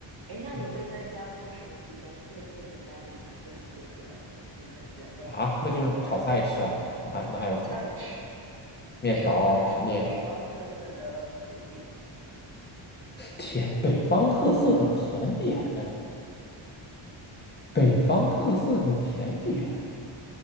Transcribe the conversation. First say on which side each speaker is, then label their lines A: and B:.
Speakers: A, on the right; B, on the left.
A: 哎，那你会在家做什么比较特色的家里才会做出来的？
B: 嗯，
A: 就是你原本国内家里的做
B: 啊，那就是炒菜吃啊，那还那还有什么？
A: 炒菜吃，
B: 面条、
A: 没有没有什么北方特色的甜点吗？
B: 面、甜，北方特色的甜点，北方特色的甜点。